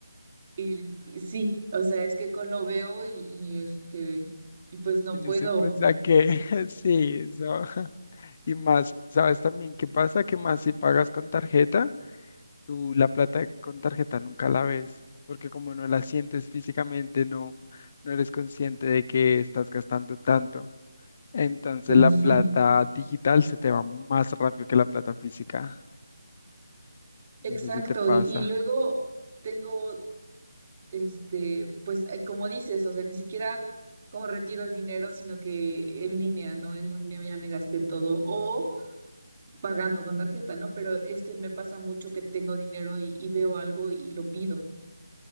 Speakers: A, on the right (about 30°); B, on the left (about 30°).
A: Y, y sí, o sea, es que co- lo veo y, y, este, y pues no
B: Y ni
A: puedo.
B: se piensa que <laughs> Sí, eso. <laughs> Y más, ¿sabes también qué pasa? Que más si pagas con tarjeta, tú la plata con tarjeta nunca la ves. Porque como no la sientes físicamente, no, no eres consciente de que estás gastando tanto. Entonces
A: Sí,
B: la
A: sí.
B: plata digital se te va más rápido que la plata física.
A: Exacto.
B: No sé si te pasa.
A: Y, y luego tengo, este, pues eh, como dices, o sea, ni siquiera como retiro el dinero, sino que en línea, ¿no? En línea ya me gasté todo. O pagando con tarjeta, ¿no? Pero es que me pasa mucho que tengo dinero y, y veo algo y lo pido.